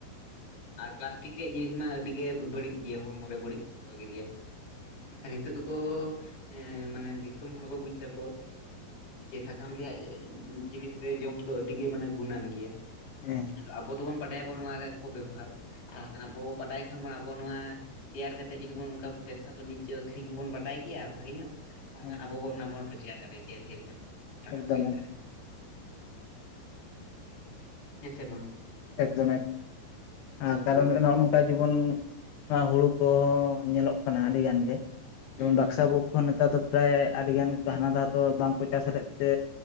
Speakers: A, on the left (about 45°); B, on the left (about 85°).
A: ᱟᱨ ᱯᱟᱞᱟᱥᱴᱤᱠ ᱨᱮᱭᱟᱜ ᱡᱤᱱᱤᱥ ᱢᱟ ᱟᱹᱰᱤ ᱜᱮ ᱵᱟᱹᱲᱤᱡ ᱜᱮᱭᱟ ᱦᱚᱲᱢᱚᱨᱮ ᱵᱟᱹᱲᱤᱡ ᱯᱨᱚᱵᱷᱟᱵ ᱮ ᱜᱤᱫᱮᱭᱟ ᱾ ᱟᱨ ᱱᱤᱛᱚᱜ ᱫᱚᱠᱚ ᱮ ᱢᱟᱱᱮ ᱫᱤᱥᱚᱢ ᱦᱚᱲ ᱠᱚ ᱵᱩᱡᱽ ᱫᱟᱠᱚ ᱡᱮ ᱥᱟᱠᱟᱢ ᱨᱮᱭᱟᱜ ᱡᱤᱱᱤᱥ ᱨᱮ ᱡᱚᱢ ᱫᱚ ᱟᱹᱰᱤ ᱜᱮ ᱢᱟᱱᱮ ᱜᱩᱱᱟᱹᱱ ᱜᱮᱭᱟ ᱾
B: ᱦᱮᱸ
A: ᱟᱵᱚ ᱫᱚᱵᱚᱱ ᱵᱟᱰᱟᱭᱟᱵᱚᱱ ᱱᱚᱣᱟ ᱨᱮ ᱠᱚ ᱵᱮᱵᱚᱦᱟᱨ ᱟᱨ ᱠᱟᱱᱟᱵᱚ ᱵᱟᱰᱟᱭ ᱠᱷᱟᱱ ᱢᱟ ᱟᱵᱚ ᱱᱚᱣᱟ ᱛᱮᱭᱟᱨ ᱠᱟᱛᱮᱫ ᱡᱩᱫᱤᱵᱚᱱ ᱚᱱᱠᱟᱵ ᱵᱮᱵᱥᱟ ᱵᱟᱱᱤᱡᱽᱡᱚ ᱟᱹᱠᱷᱨᱤᱧ ᱠᱚᱵᱚᱱ ᱵᱟᱰᱟᱭ ᱜᱮᱭᱟ ᱵᱷᱟᱜᱮ ᱧᱚᱜ ᱾ ᱛᱟᱦᱮ
B: ᱦᱮᱸ
A: ᱠᱷᱟᱱ ᱟᱵᱚ
B: ᱦᱮᱸ
A: ᱵᱚᱱ ᱚᱱᱟ ᱵᱚᱱ ᱨᱳᱡᱽᱜᱟᱨ ᱫᱟᱲᱮ ᱠᱮᱭᱟ ᱰᱷᱮᱨ ᱧᱚᱜ ᱴᱟᱠᱟ
B: ᱮᱠᱫᱚᱢ
A: ᱯᱚᱭᱥᱟ
B: ᱮᱠᱫᱚᱢ
A: ᱾ ᱦᱮᱸ ᱥᱮ ᱵᱟᱝ?
B: ᱮᱠᱫᱚᱢ ᱮᱠ <unintelligible>
A: ᱦᱳᱭ
B: ᱠᱟᱨᱚᱱ
A: ᱦᱳᱭ
B: ᱛᱟ ᱡᱤᱵᱚᱱ ᱱᱚᱣᱟ ᱦᱩᱲᱩ ᱠᱚᱻ ᱧᱮᱞᱚᱜ ᱠᱟᱱᱟ ᱟᱹᱰᱤ ᱜᱟᱱ ᱜᱮ ᱾ ᱡᱮᱢᱚᱱ
A: ᱦᱩᱸ ᱦᱩᱸ
B: ᱵᱟᱠᱥᱟ ᱵᱳᱠ ᱠᱷᱚᱱ ᱱᱮᱛᱟᱨ ᱫᱚ ᱯᱨᱟᱭ ᱟᱹᱰᱤᱜᱟᱱ ᱦᱟᱱᱟ ᱫᱟᱷᱟᱣ ᱫᱚ ᱵᱟᱝᱠᱚ ᱪᱟᱥ ᱞᱮᱫ ᱛᱮ᱾